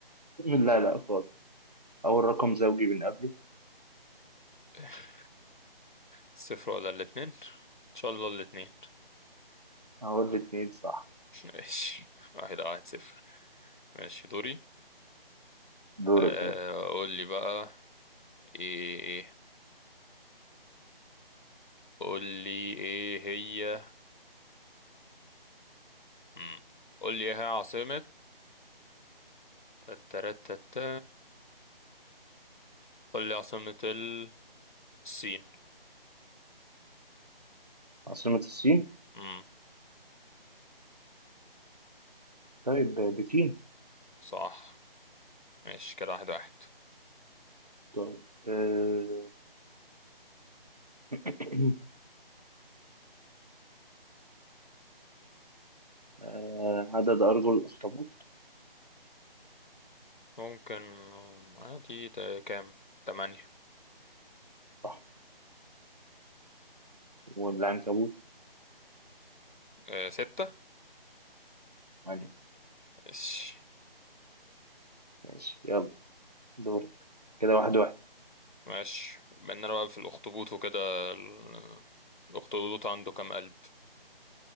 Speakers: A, on the right (about 45°); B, on the left (about 55°).
A: <clears throat> لا لا خالص اول رقم زوجي بنقابله
B: <laughs> صفر ولا الاتنين إن شاء الله الاتنين
A: اهو الاتنين صح
B: <laughs> ماشي واحد واحد صفر ماشي دوري
A: دورك
B: آه،
A: أهو.
B: قول لي بقى ايه ايه قول لي ايه هي مم. قول لي ايه هي عاصمة تترتتا قول لي عاصمة ال- الصين
A: عاصمة الصين
B: امم
A: طيب بكين
B: صح ماشي كده واحد واحد
A: طيب آه <clears throat> آه عدد ارجل الاخطبوط
B: ممكن عادي تا- كام تمانية
A: صح والعنكبوت
B: آه، ستة
A: يعني
B: ماشي
A: ماشي يلا دورك كده واحد واحد
B: ماشي بيننا بقى في الأخطبوط وكده ال- الأخطبوط عنده كام قلب